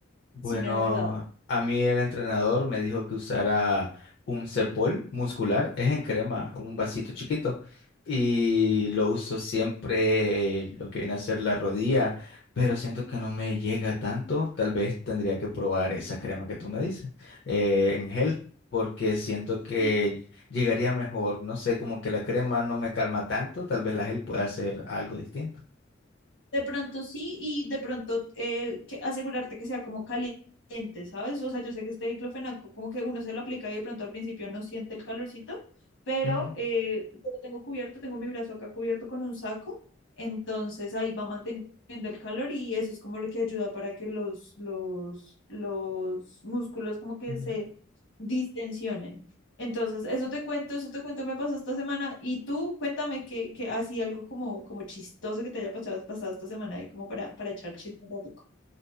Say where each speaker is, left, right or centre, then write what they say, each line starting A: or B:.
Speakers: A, on the left (about 60°); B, on the left (about 75°).
A: Bueno,
B: sí me ha ayudado.
A: a mí el entrenador me dijo que usara un Cepol muscular, es en crema, un vasito chiquito, y lo uso siempre lo que viene a ser la rodilla, pero siento que no me llega tanto, tal vez tendría que probar esa crema que tú me dices, eh, en gel, porque siento que
B: Sí,
A: llegaría mejor, no sé, como que la crema no me calma tanto, tal vez la gel pueda hacer algo distinto.
B: De pronto sí, y de pronto eh, que- asegurarte que sea como caliente, ¿sabes? O sea, yo sé que este diclofenaco, como que uno se lo aplica y de pronto al principio no siente el calorcito, pero
A: Ujú,
B: eh, yo lo tengo cubierto, tengo mi brazo acá cubierto con un saco, entonces ahí va manteniendo el calor y eso es como lo que ayuda para que los, los, los músculos como que
A: ujú.
B: se distensionen. Entonces, eso te cuento, eso te cuento, me pasó esta semana. Y tú, cuéntame que, que así algo como, como chistoso que te haya pasado, pasado esta semana y como para, para echar chisme un ratico.